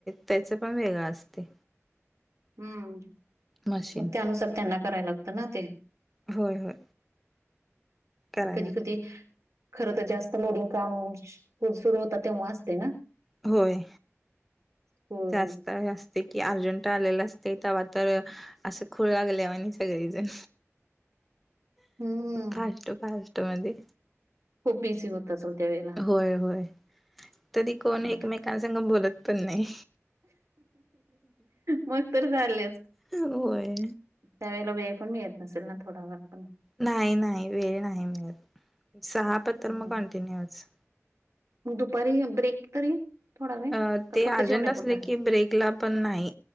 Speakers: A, in the centre; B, on the right.
A: त्याच पण वेगळं असतंय.
B: हम्म
A: मशीन
B: मग त्यानुसार त्यांना करायला लागतं ना ते.
A: होय होय करायला
B: कधी
A: लागतं
B: कधी. खर तर जास्त लोडिंग काम <inaudible> सुरू होतात तेव्हा असते ना?
A: होय
B: स्कूल
A: जास्त आहे तंय की अर्जंट आलेल असतंय तव्हा तर, असं खुळ लागल्यावाणी सगळीजण.
B: हम्म
A: फास्ट फास्ट मध्ये.
B: खूप बिझी होत असलं त्या वेळेला?
A: होय होय तरी कोण एकमेकांन
B: का
A: संघ बोलत पण नाही.
B: मग तर झालंच.
A: होय
B: त्या वेळेला वेळ पण मिळत नसेल ना थोडा फार पण?
A: नाही नाही वेळ नाही मिळत सहा पतर
B: हम्म.
A: म कंटिन्यूचं.
B: दुपारी ब्रेक तरी? थोडा वेळ
A: अ
B: का
A: ते
B: फक्त
A: अर्जंट
B: जेवण्यापुरता?
A: असले की ब्रेकला पण नाही.